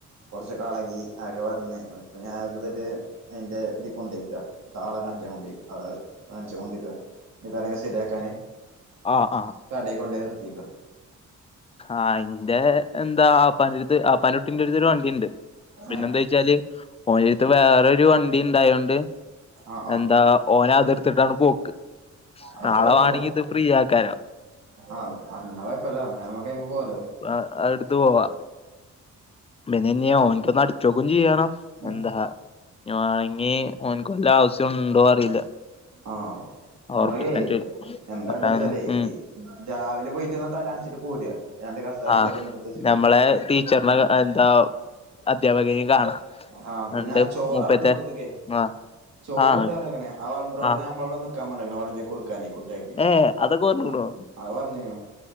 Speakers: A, on the right; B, on the left.
A: കൊറച്ച കളകി അകെ ഇപ്പൊ ഞാൻ ന്നിട്ട് അയിന്റെ ഇതി കൊണ്ടയ്ക്ക ആളെ കാണിച്ചാ കൊണ്ടെയ് ആള് കാണ്ച്ച് കൊണ്ടില്ല എ കാര്യങ്ങൾ ശെരിക്കാന്
B: ആഹ് ആഹ്
A: കടെ കൊണ്ടേയ് നിർത്തിക്ക
B: ആഹ് ഇന്റെ എന്താ ആപ്പാന്റടുത്ത് ആപ്പാന്റുട്ടിന്റെട്ത് ഒരു വണ്ടിണ്ട് പിന്നെന്താച്ചാല്
A: ഏഹ്
B: ഓന്റെട്ത്ത് വേറൊരു വണ്ടി ഇണ്ടായോണ്ട്
A: ആഹ് ആഹ്
B: എന്താ ഓനതിട്ത്തിട്ടാണ് പോക്ക്
A: അപ്പൊ
B: നാളെ
A: കൊഴപ്പല്ല
B: വാണെങ്കി ഇത് ഫ്രീ ആക്കാരം
A: ആഹ് അന്നകൊയ്പ്പല്ല അന്നാമ്മക്ക്മ പോവല്ലോ
B: ആഹ് അത്ട്ത്ത് പോവാ <unintelligible> ഓൻക്കൊന്ന് അടിച്ചോക്കും ചെയ്യണം എന്താ
A: ഉം
B: ഞ് വാണെങ്കി ഓൻക്ക് വല്ല ആവശ്യം ഇണ്ടോ അറിയില്ല
A: ആഹ് നമ്മക്കെ
B: ഓർപ്പിക്കാൻ പറ്റൂല
A: എന്താട്ടച്ചലെ
B: അപ്പ ഉം
A: രാവിലെ പോയിട്ടൊന്ന് തലണിച്ചിട്ട് പോര ഞാ രണ്ട് ക്ലാസ്സ്‌ സാരി
B: ആ
A: ഇതൊക്കെ ന്ന് ഇട്ത്ത് വെച്ചിട്ടേ.
B: നമ്മളെ ടീച്ചറിനെ
A: ഉം
B: എന്താ അധ്യാപകനേം കാണാ
A: ആഹ് പിന്നെ
B: അന്റെ
A: ആഹ് ചോറൾ
B: മൂപ്പത്തെ
A: ബ്നോട്ത്തൊക്കെ
B: ആഹ്
A: ചോറ്
B: ആഹ്
A: ണ്ട് പറഞ്ഞിക്ക്ന്. അഹ് വൾബ്നോട്ത്ത്ക്
B: ആഹ്
A: ഞമ്മളൊടെ നിക്കാൻ പറഞ്ഞക്ക്ണ്. വളബി കൊടു ക്കാനെ കുട്യാക്ക്.
B: ഏ അതൊക്കെ പറഞ്ഞ്ക്ക്ണോ
A: ആഹ് ആഹ് പറഞ്ഞീനു.